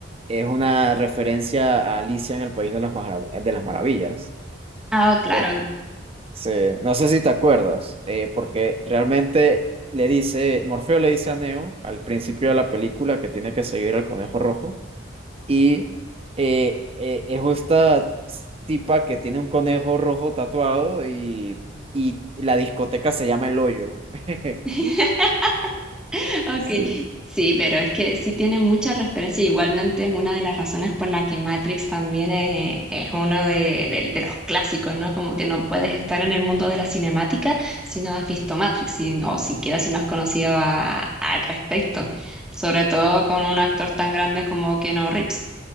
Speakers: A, on the right; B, in the centre.
A: es una referencia a Alicia en el País de las, Marav- de las Maravillas,
B: Ah, claro.
A: por Sí, no sé si te acuerdas, eh, porque realmente le dice, Morfeo le dice a Neo al principio de la película que tiene que seguir al conejo rojo y eh, eh, es esta tipa que tiene un conejo rojo tatuado y, y la discoteca se llama El Hoyo. <laughs>
B: <laughs> Ok,
A: Sí.
B: sí, pero es que sí tiene muchas referencias. Igualmente es una de las razones por la que Matrix también es, es uno de, de- de los clásicos, ¿no? Como que no puedes estar en el mundo de la cinemática si no has visto Matrix y- o siquiera si no has conocido a- al respecto. Sobre todo con un actor tan grande como Keanu Reeves.